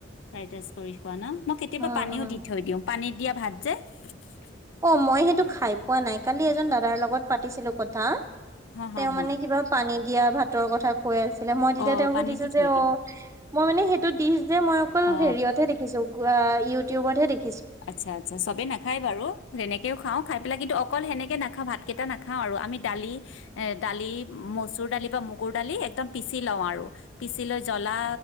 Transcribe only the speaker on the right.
উম
উম
অ', মই সেইটো খাই পোৱা নাই কালি এজন দাদাৰ লগত পাতিছিলো কথা
তেওঁ
মানে কিবা পানী দিয়া ভাতৰ কথা কৈ আছে পে মই তেতিয়া
তেওঁক
সুধিছো
যে
অ মই মানে সেইটো দিশ যে মই অকল
হেৰিয়তহে দেখিছো ইউটিউবতহে দেখ